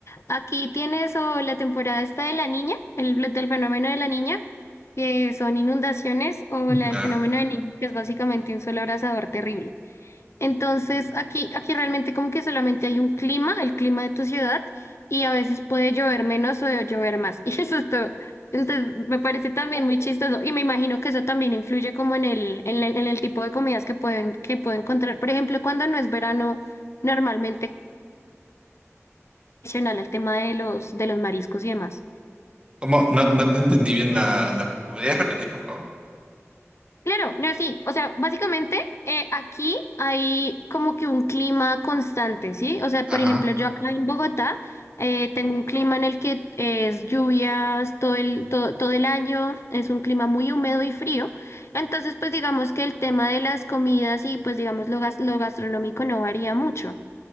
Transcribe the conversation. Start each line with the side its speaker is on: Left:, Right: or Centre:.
Left: Aquí tienes o la temporada esta de la niña, el del fenómeno de la niña, que son inundaciones, o la
Right: Claro.
Left: del fenómeno del niño, que es básicamente un solo abrasador terrible. Entonces, aquí, aquí realmente como que solamente hay un clima, el clima de tu ciudad, y a veces puede llover menos o llover más. <laughs> Y eso es todo. Entonces, me parece también muy chistoso. Y me imagino que eso también influye como en el, en el, en el tipo de comidas que pueden, que puedo encontrar. Por ejemplo, cuando no es verano, normalmente adicional el tema de los, de los mariscos y demás.
Right: ¿Cómo? No, no te entendí bien la, la... ¿me podrías repetir, por favor?
Left: Claro, no, sí. O sea, básicamente eh, aquí hay como que un clima constante, ¿sí? O sea,
Right: Ajá.
Left: por ejemplo, yo acá en Bogotá eh, tengo un clima en el que es lluvias todo el, todo, todo el año, es un clima muy húmedo y frío. Entonces, pues digamos que el tema de las comidas y pues digamos lo, gas- lo gastronómico no varía mucho.